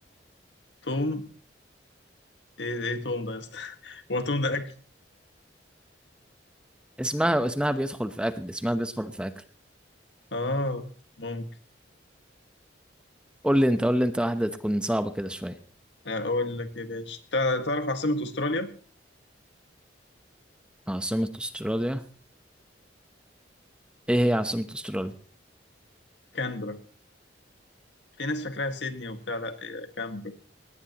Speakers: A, on the left (about 70°); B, in the centre.
A: توم ايه ايه توم ده يا اسطى <laughs> هو توم ده اكل
B: اسمها اسمها بيدخل في اكل اسمها بيدخل في اكل
A: اه ممكن
B: قول لي انت قول لي انت واحده تكون صعبه كده شويه
A: اقول لك يا باشا تع- تعرف عاصمة استراليا
B: عاصمه استراليا ايه هي عاصمه استراليا
A: كانبرا في ناس فاكراها سيدني وبتاع لا هي كانبرا